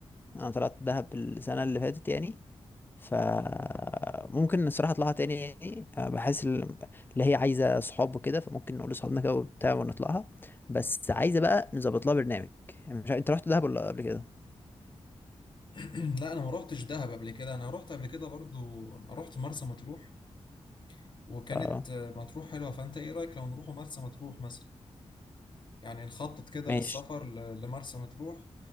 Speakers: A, on the left (about 20°); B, on the left (about 45°).
A: انا طلعت دهب السنه اللي فاتت يعني فممكن الصراحه اطلعها تاني يعني أه، بحس ال- اللي هي عايزه صحاب وكده فممكن نقول لصحابنا كده وبتاع ونطلعها بس عايزه بقى نظبط لها برنامج يعني مش ع- انت رحت دهب ولا قبل كده
B: <clears throat> لا انا ما روحتش دهب قبل كده انا روحت قبل كده برضو انا روحت مرسى مطروح وكانت
A: اه
B: آه، مطروح حلوه فانت ايه رايك لو نروح مرسى مطروح مثلا يعني نخطط كده
A: ماشي
B: للسفر ل... لمرسى مطروح